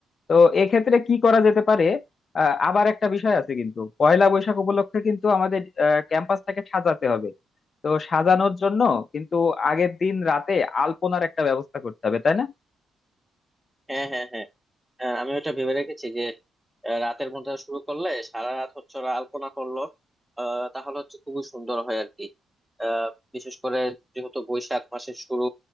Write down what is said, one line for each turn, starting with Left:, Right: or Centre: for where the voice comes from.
Left: তো এক্ষেত্রে কি করা যেতে পারে আহ, আবার একটা বিষয় আছে কিন্তু পয়লা বৈশাখ উপলক্ষে কিন্তু আমাদের ক্যাম্পাসটাকে সাজাতে হবে তো সাজানোর জন্য কিন্তু আগের দিন রাতে আলপনার একটা ব্যবস্থা করতে হবে তাই না
Centre: হ্যাঁ হ্যাঁ হ্যাঁ হ্যাঁ আমি ওটা ভেবে রেখেছি যে আহ, রাতের ঘুমটা শুরু করলে সারা রাত হচ্ছে ওরা আলপনা করলো আহ, তাহলে হচ্ছে খুবই সুন্দর হয় আর কি আহ, বিশেষ করে যেহেতু বৈশাখ মাসের শুরু